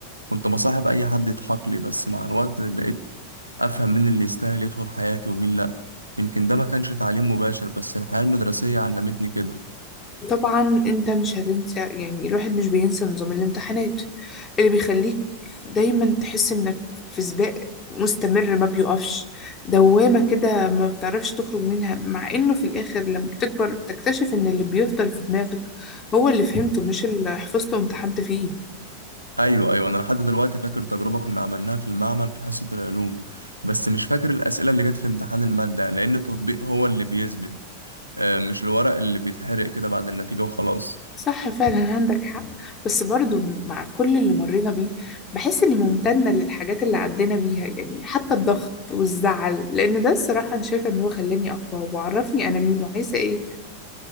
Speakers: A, on the right (about 85°); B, on the left (about 25°).
A: كنت بصاحب أي حد يضحك لي بس مع الوقت بقيت أفهم مين اللي يستاهل يدخل حياتي ومين لأ يمكن ده ما كانش تعليم مباشر بس الحياة المدرسية علمتني كده
B: طبعا انت مش هتنسى يعني الواحد مش بينسى نظام الامتحانات اللي بيخليك دايما تحس انك في سباق مستمر ما بيقفش دوامة كده ما بتعرفش تخرج منها مع انه في الاخر لما بتكبر بتكتشف ان اللي بيفضل في دماغك هو اللي فهمته مش اللي حفظته وامتحنت فيه
A: أيوة أيوة أنا لحد دلوقتي فاكر تجربة كنا عملناها في المعمل في حصة العلوم بس مش فاكر الأسئلة اللي جت في امتحان المادة لأن التطبيق هو اللي بيثبت آه، مش الورق اللي بيتحرق كده بعد النتيجة وخلاص
B: صح فعلا عندك حق بس برضو مع كل اللي مرينا بيه بحس اني ممتنة للحاجات اللي عدينا بيها يعني حتى الضغط والزعل لان ده الصراحة انا شايفة ان هو خلاني اقوى وعرفني انا مين وعايزة ايه